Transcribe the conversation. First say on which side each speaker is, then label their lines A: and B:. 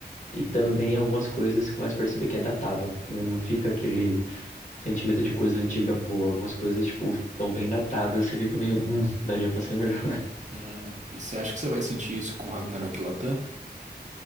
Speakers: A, on the left (about 45°); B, on the right (about 45°).
A: e também algumas coisas você começa a perceber que é datado, né? Não fica aquele sentimento de coisa antiga boa. Algumas coisas, tipo, tão bem datadas, você fica meio, hum, daria pra ser melhor. <laughs>
B: Ah, e você acha que você vai sentir isso com Ragnarok Latam?